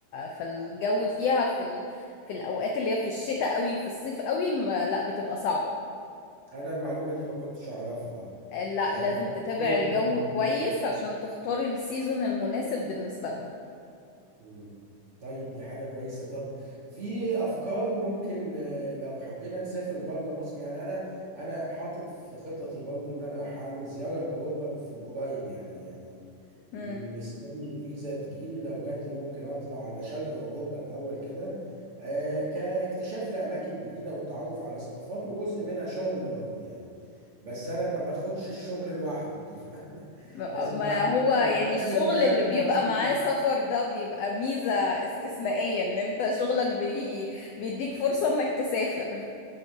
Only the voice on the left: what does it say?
فالجو فيها في ال... في الاوقات اللي هي في الشتاء قوي وفي الصيف قوي ما... لا بتبقى صعبة
آه، لا
لازم تتابع
الجو
كويس
عشان تختار السيزون المناسب بالنسبة لها
مم.
م-
ما هو
يعني
الشغل
اللي بيبقى
معاه سفر ده بيبقى ميزة استثنائية ان انت شغلك بي... بيديك فرصة انك تسافر <laughs>